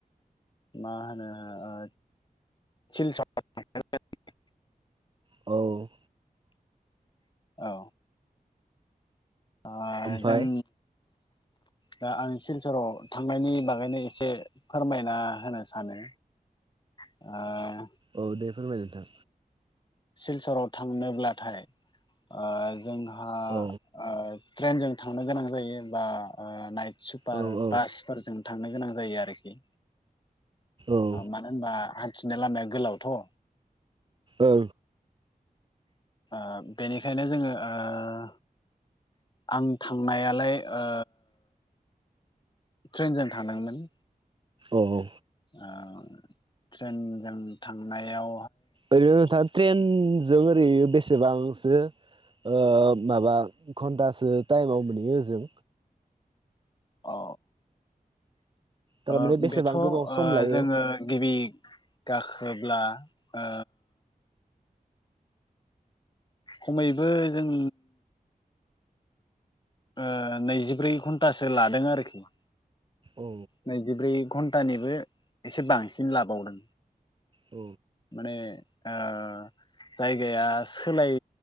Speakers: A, on the left; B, on the right.
A: मा होनो ओ सिल <unintelligible>
B: औ
A: औ। अ
B: ओमफ्राय
A: जों दा आं सिलसराव थांनायनि बागैनो एसे फोरमायना होनो सानो। आ
B: औ दे फोरमाय नोंथां।
A: सिलसराव थांनोब्लाथाय अ जोंहा
B: औ
A: अ ट्रेनजों थांनो गोनां जायो बा नाइट सुपार
B: औ औ
A: बासफोरजों थांनो गोनां जायो। जायो आरोखि
B: औ
A: मानो होनबा हान्थिनाय लामाया गोलावथ'
B: औ।
A: ओ बेनिखायनो जोङो ओ आं थांनायालाय ओ ट्रेनजों थादोंमोन
B: औ औ
A: ओ ट्रेनजों थांनायाव
B: ओरैनो नोंथाङा ट्रेनजों ओरै बेसेबांसो ओ माबा घन्टासो टाइमाव मोनहैयो ओजों
A: अ।
B: थारमाने
A: ओ
B: बेसेबां
A: बेथ' ओ
B: गोबाव सम लायो
A: जोङो गिबि गाखोब्ला ओ खमैबो जों ओ नैजिब्रै घन्टासो लादों आरोखि
B: औ
A: नैजिब्रै घन्टानिबो एसे बांसिन लाबावदों
B: औ
A: माने आ जायगाया सोलाय